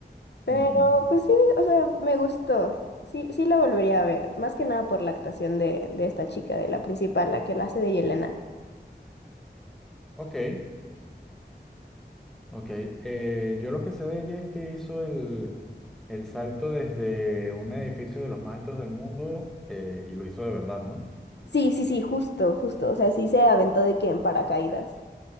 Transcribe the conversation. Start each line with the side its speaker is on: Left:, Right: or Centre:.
Left: Pero
Centre: Ujú.
Left: pues sí, o sea, me gustó. Sí, sí la volvería a ver, más que nada por la actuación de, de esta chica, de la principal, la que la hace de Yelena.
Centre: Ok, ok. Eh, yo lo que sé de ella es que hizo el, el salto desde un edificio de los más altos del mundo eh, y lo hizo de verdad, ¿no?
Left: Sí, sí, sí, justo, justo. O sea, sí se aventó de que en paracaídas.